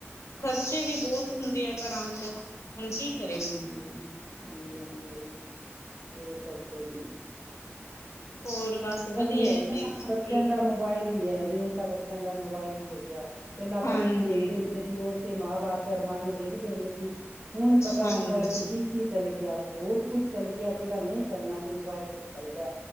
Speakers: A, on the left; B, on the right.
A: ਖ਼ਰਚੇ ਵੀ ਬਹੁਤ ਹੁੰਦੇ ਆ ਘਰਾਂ ਚ ਹੁਣ ਕੀ ਕਰੇ
B: ਹਾਂਜੀ ਹਾਂਜੀ ਹਾਂਜੀ ਹੋਰ ਦੱਸੋ ਜੀ
A: ਹੋਰ ਬਸ ਵਧੀਆ
B: ਮੈਂ
A: ਜੀ
B: ਤਾਂ
A: ਠੀਕ
B: ਬੱਚਿਆਂ ਦਾ ਮੋਬਾਇਲ ਹੀ ਹੈ ਮੇਨ ਤਾਂ ਬੱਚਿਆਂ ਦਾ ਮੋਬਾਇਲ ਹੀ ਹੋ ਗਿਆ ਪਹਿਲਾਂ ਆਪਾਂ
A: ਹਾਂਜੀ
B: ਟੀ ਵੀ ਦੇਖਦੇ ਹੁੰ ਸੀ ਉਸ ਤੇ ਮਾਂ ਵਸ ਰਾਮਾਇਣ ਵੇਖਦੇ ਹੁੰਦੇ ਸੀ ਹੁਣ ਪਤਾ
A: ਹਾਂਜੀ
B: ਮੋਬਾਇਲ ਤੇ ਕੀ ਕੀ ਚੱਲ ਗਿਆ ਬਹੁਤ ਕੁਛ ਚੱਲ ਗਿਆ ਜਿਹੜਾ ਨਹੀਂ ਚੱਲਣਾ ਸੀ ਮੋਬਾਇਲ ਤੇ ਚੱਲ ਗਿਆ